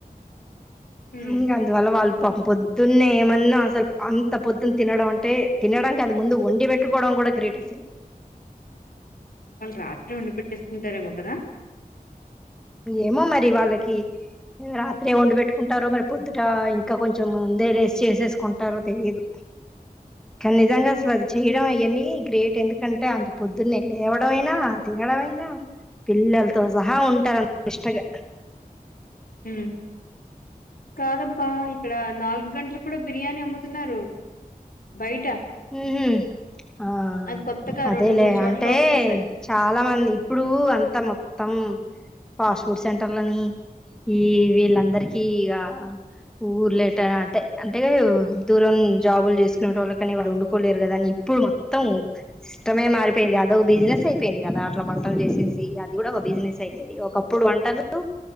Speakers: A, on the left; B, in the centre.
A: హ్మ్
B: ఇం అందు వళ్ళ వాల్ పొద్దున్నే ఏమన్నా అసల్ అంత పొద్దున్ తినడం అంటే తినడం కాదు ముందు వండి పెట్టుకోవడం కూడా గ్రేట్ అసల్
A: వాళ్ళు రాత్రే వండి పెట్టేస్కుంటారేమో కదా
B: ఏమో మరి వాళ్ళకి రాత్రే వండి పెట్టుకుంటారో మరి పొద్దుట ఇంకా కొంచెం ముందే లేసి చేసేస్కుంటారో తెలీదు. కాని నిజంగా అసల్ అది చేయడం అయన్ని గ్రేట్ ఎందుకంటే అంత పొద్దున్నే లేవడం అయినా అది ఎడనైనా పిల్లల్తో సహా ఉంటరం ఇష్టగా
A: హ్మ్ కాదబ్బా ఇక్కడ నాలుగ్ గంటలక్ కూడా బిర్యానీ అమ్ముతున్నారు బయట
B: మ్ హ్ ఆ
A: అది కొత్తగా
B: అదేలే
A: రెండు మూడు చోట్ల
B: అంటే
A: ఓపెన్ చేశారు
B: చాలా మంది ఇప్పుడూ అంత మొ త్తం ఫాస్ట్ ఫుడ్ సెంటర్లని ఈ వీళ్ళందరికీ ఇగ ఊర్లెట అంటే అంటే దూరం జాబుల్ చేస్కునేటో కాన్నే వాళ్ళు వండుకోలేరు కదా అని ఇప్పుడు మొత్తం ఇష్టమే మారిపోయింది అదో బిజినెస్ అయిపోయింది కదా అట్లా పా వంటలు చేసేసి అది కూడా ఒక బిజినెస్ అయ్యింది ఒకప్పుడు వంటలు